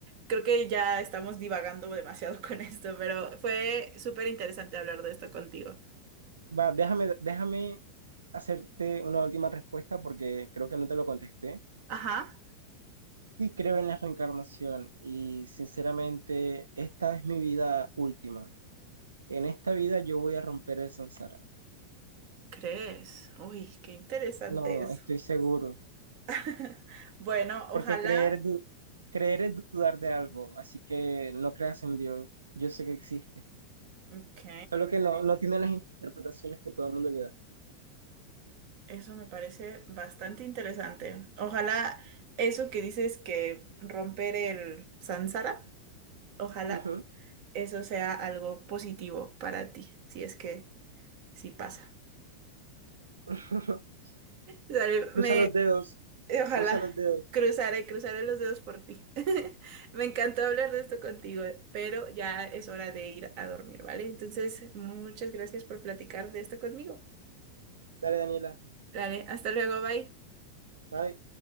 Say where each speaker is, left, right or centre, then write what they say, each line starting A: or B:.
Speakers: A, on the right; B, on the right.
A: Creo que ya estamos divagando demasiado con esto, pero fue súper interesante hablar de esto contigo.
B: Va, déjame, déjame hacerte una última respuesta porque creo que no te lo contesté.
A: Ajá,
B: Sí creo en la reencarnación y sinceramente esta es mi vida última. En esta vida yo voy a romper el samsara.
A: ¿crees? Uy, qué interesante
B: No,
A: eso.
B: estoy seguro.
A: <laughs> Bueno, ojalá.
B: Porque creer, du- creer es dudar de algo, así que no creas en Dios. Yo sé que existe.
A: Ok,
B: Solo que no, no tiene las interpretaciones que todo el mundo le da.
A: eso me parece bastante interesante. Ojalá eso que dices que romper el sánsara, ojalá
B: Ujú.
A: eso sea algo positivo para ti, si es que sí pasa.
B: <laughs>
A: Dale,
B: Cruza
A: me
B: los dedos.
A: Eh, Ojalá.
B: Cruza los dedos.
A: Cruzaré, cruzaré los dedos por ti. <laughs> Me encantó hablar de esto contigo, pero ya es hora de ir a dormir, ¿vale? Entonces, muchas gracias por platicar de esto conmigo.
B: Dale, Daniela.
A: Dale, hasta luego, bye.
B: Bye.